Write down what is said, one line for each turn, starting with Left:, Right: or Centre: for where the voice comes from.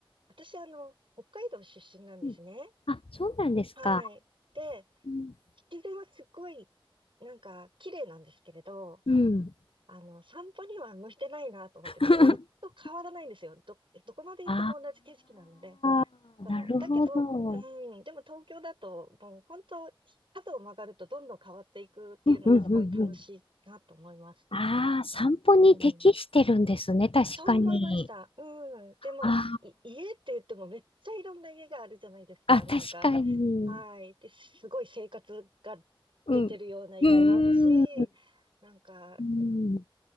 Right: 私、あの、北海道出身なんですね。
Left: うんあ、そうなんですか。
Right: はい。で、
Left: うん。
Right: 自然はすっごい、なんか、綺麗なんですけれど、
Left: うん
Right: あの、散歩には向いてないなと思って、
Left: <laughs>
Right: ずーっと変わらないんですよ。ど、どこまで行っても同じ景色なので。
Left: ああ、
Right: そう。
Left: なるほど。
Right: だけど、うん、でも東京だと、もう本当、角を曲がるとどんどん変わっていくっていうのがすごい楽しいなと思います。
Left: うんうんうんうん。ああ、散歩に適してるんですね、
Right: うん。
Left: 確かに。
Right: そう思いました。うん。でも、
Left: あ
Right: い家って言ってもめっちゃいろんな家があるじゃないですか。
Left: あ、あ、確かに。
Right: なんか、はい。で、すごい生活が出てるような家もあるし、
Left: うん。うーん。
Right: なんか、
Left: うん。